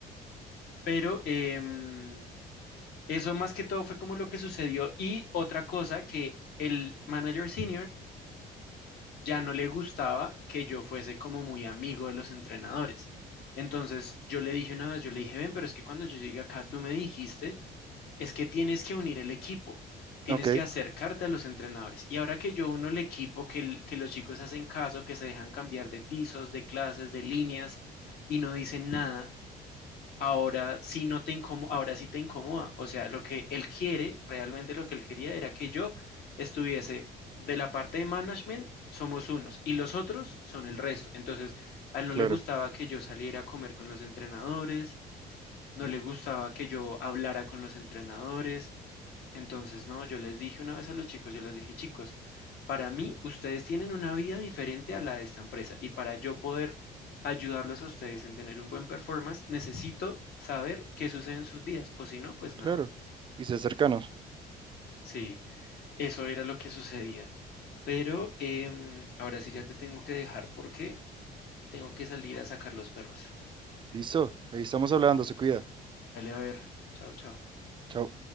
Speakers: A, on the left; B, on the right.
A: Pero em, eso más que todo fue como lo que sucedió. Y otra cosa que el manager senior ya no le gustaba que yo fuese como muy amigo de los entrenadores. Entonces yo le dije una vez, yo le dije, ven, pero es que cuando yo llegué acá, tú me dijiste es que tienes que unir el equipo, tienes
B: Ok,
A: que acercarte a los entrenadores. Y ahora que yo uno el equipo, que, el- que los chicos hacen caso, que se dejan cambiar de pisos, de clases, de líneas y no dicen nada, ahora sí no te incomo- ahora sí te incomoda. O sea, lo que él quiere, realmente lo que él quería era que yo estuviese de la parte de management, somos unos y los otros son el resto. Entonces, a él no
B: claro,
A: le gustaba que yo saliera a comer con los entrenadores no le gustaba que yo hablara con los entrenadores. Entonces, no, yo les dije una vez a los chicos, yo les dije, chicos, para mí ustedes tienen una vida diferente a la de esta empresa y para yo poder ayudarlos a ustedes en tener un buen performance, necesito saber qué sucede en sus vidas o si no, pues nada.
B: claro. Y ser cercanos.
A: Sí, eso era lo que sucedía. Pero em, ahora sí ya te tengo que dejar porque tengo que salir a sacar los perros.
B: Listo, ahí estamos hablando, se cuida.
A: Dale a ver. Chao, chao.
B: Chao.